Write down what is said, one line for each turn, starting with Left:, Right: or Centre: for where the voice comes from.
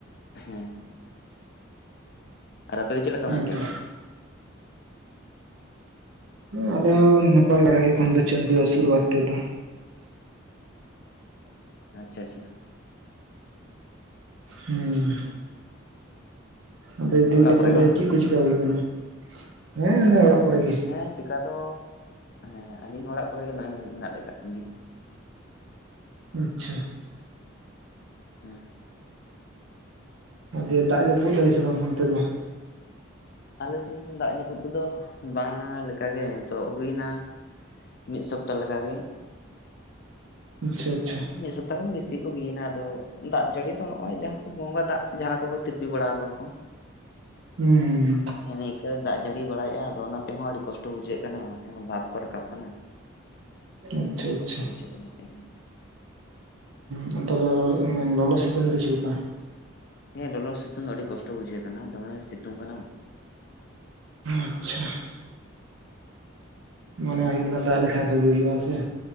Left: ᱦᱮᱸ ᱟᱨ ᱟᱯᱮ ᱫᱚ ᱪᱮᱫ ᱞᱮᱠᱟ ᱢᱮᱱᱟᱜ
Right: ᱦᱮᱸᱛᱚ
Left: ᱯᱮᱭᱟ ᱚᱲᱟᱜ? <inaudible>
Right: ᱟᱞᱮ ᱦᱚᱸ ᱱᱟᱯᱟᱭ ᱵᱟᱲᱟ ᱜᱮ ᱮᱠᱷᱚᱱ ᱫᱚ ᱪᱟᱸᱫᱩ ᱟᱥᱩᱨ ᱵᱟᱫ ᱛᱮᱫᱚ
Left: ᱟᱪᱪᱷᱟ ᱪᱷᱟ
Right: ᱦᱩᱸ ᱟᱫᱚ ᱫᱤᱠᱚ
Left: ᱚᱲᱟᱜ ᱠᱚᱨᱮ
Right: ᱛᱟᱦᱞᱮ
Left: ᱜᱮ ᱵᱟᱝ
Right: ᱪᱮᱫ ᱠᱚ ᱪᱮᱠᱟ ᱦᱩᱭᱩᱜ ᱠᱟᱱᱟ ᱦᱮᱸ ᱚᱱᱮ ᱚᱲᱟᱜ ᱠᱚᱨᱮ ᱜᱮ
Left: ᱦᱮᱸ ᱪᱮᱠᱟ ᱫᱚ ᱦᱮᱸ ᱟᱹᱞᱤᱧ ᱦᱚᱸ ᱚᱲᱟᱜ ᱠᱚᱨᱮ ᱜᱮ ᱱᱚᱜᱼᱚᱭ ᱢᱮᱱᱟᱜ ᱞᱮ ᱟᱠᱟᱫ ᱞᱤᱸᱧᱟ
Right: ᱟᱪᱪᱷᱟ
Left: ᱦᱮᱸ
Right: ᱟᱫᱚ ᱫᱟᱜ ᱡᱟᱹᱯᱩᱫ ᱫᱟᱭ ᱥᱮ ᱵᱟᱝ ᱚᱱᱛᱮ ᱫᱚ
Left: ᱟᱞᱮ ᱥᱮᱱ ᱫᱟᱜ ᱡᱟᱹᱯᱩᱫ ᱠᱚᱫᱚ ᱵᱟᱝᱟ ᱞᱮᱠᱟ ᱜᱮ ᱱᱤᱛᱚᱜ ᱦᱩᱭᱱᱟ ᱢᱤᱫ ᱥᱚᱯᱛᱟ ᱞᱮᱠᱟ ᱜᱮ
Right: ᱟᱪᱪᱷᱟ ᱟᱪᱪᱷᱟ
Left: <unintelligible> ᱡᱚᱛᱚ ᱠᱷᱚᱱ ᱵᱮᱥᱤ ᱠᱚ ᱦᱩᱭᱱᱟ ᱟᱫᱚ ᱫᱟᱜ ᱡᱟᱹᱲᱤ ᱫᱚ ᱱᱚᱜᱼᱚᱭ ᱡᱟᱦᱟᱸ ᱠᱚ ᱵᱚᱸᱜᱟ ᱫᱟᱜ ᱡᱟᱦᱟᱸ ᱠᱚ ᱛᱤᱨᱯᱤ ᱵᱟᱲᱟ ᱟᱠᱚ ᱠᱚ <inaudible>
Right: ᱦᱩᱸᱻ
Left: ᱦᱮᱸ ᱱᱤᱝᱠᱟᱹ ᱫᱟᱜ ᱡᱟᱹᱲᱤ ᱵᱟᱲᱟᱭᱮᱜᱼᱟ ᱟᱫᱚ ᱚᱱᱟ ᱛᱮᱦᱚᱸ ᱟᱹᱰᱤ ᱠᱚᱥᱴᱚ ᱵᱩᱡᱷᱟᱹᱜ ᱠᱟᱱᱟ ᱚᱱᱟ ᱛᱮᱦᱚᱸ ᱵᱷᱟᱵᱽ ᱠᱚ ᱨᱟᱠᱟᱵ ᱠᱟᱱᱟ᱾
Right: ᱟᱪᱪᱷᱟ
Left: ᱟᱹᱰᱤ
Right: ᱟᱪᱪᱷᱟ
Left: ᱠᱚᱥᱴᱚ ᱵᱩᱡᱷᱟᱹᱜ ᱠᱟᱱᱟ ᱛᱮᱦᱚᱸ
Right: ᱦᱩᱸ ᱛᱟᱦᱚᱞᱮ ᱞᱚᱞᱚ ᱥᱤᱛᱩᱝ ᱫᱚ ᱪᱮᱫ ᱞᱮᱠᱟ?
Left: ᱦᱮᱸ ᱞᱚᱞᱚ ᱥᱤᱛᱩᱝ ᱫᱚ ᱟᱹᱰᱤ ᱠᱚᱥᱴᱚ ᱵᱩᱡᱷᱟᱹᱜ ᱠᱟᱱᱟ ᱫᱚᱢᱮ ᱥᱤᱛᱩᱝ ᱠᱟᱱᱟ
Right: ᱟᱪᱪᱷᱟ ᱢᱚᱱᱮ ᱦᱩᱭᱩᱜ ᱠᱟᱱᱟ ᱫᱟᱜ ᱞᱮᱠᱷᱟᱡ ᱵᱷᱟᱹᱜᱤ ᱦᱩᱭᱩᱜᱼᱟ ᱥᱮ